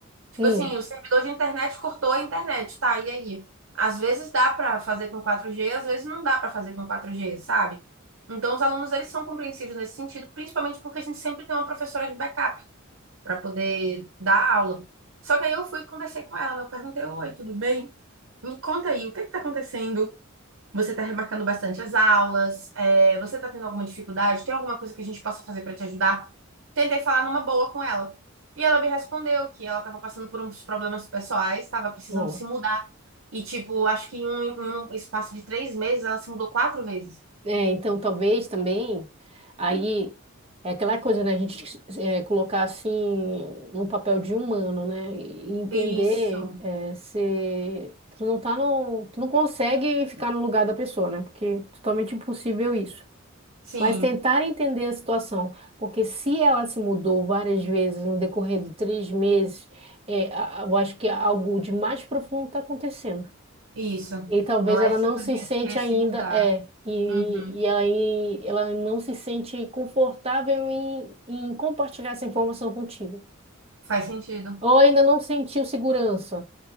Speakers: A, on the right (about 70°); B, on the right (about 30°).
A: Tipo
B: Hum.
A: assim, o servidor de internet cortou a internet, tá? E aí? Às vezes dá para fazer com 4G, às vezes não dá para fazer com 4G, sabe? Então, os alunos, eles são compreensivos nesse sentido, principalmente porque a gente sempre tem uma professora de backup para poder dar aula. Só que aí eu fui e conversei com ela, né? Eu perguntei, oi, tudo bem? Me conta aí, o que que tá acontecendo? Você tá remarcando bastante as aulas? É, você tá tendo alguma dificuldade? Tem alguma coisa que a gente possa fazer para te ajudar? Tentei falar numa boa com ela. E ela me respondeu que ela estava passando por uns problemas pessoais, estava precisando
B: Ó.
A: se mudar. E, tipo, acho que em um, em um espaço de três meses ela se mudou quatro vezes.
B: É, então talvez também aí é aquela coisa, né? A gente é, colocar assim no papel de humano, né? E entender
A: Isso,
B: é, se tu não tá no, tu não consegue ficar no lugar da pessoa, né? Porque é totalmente impossível isso.
A: sim,
B: Mas tentar entender a situação, porque se ela se mudou várias vezes no decorrer de três meses, é, a- a- eu acho que algo de mais profundo está acontecendo.
A: isso.
B: E talvez
A: Não
B: ela
A: é simplesmente
B: não se sente
A: querer
B: ainda,
A: se mudar.
B: é, e,
A: Uhum.
B: e aí ela não se sente confortável em, em compartilhar essa informação contigo.
A: Faz sentido.
B: Ou ainda não sentiu segurança.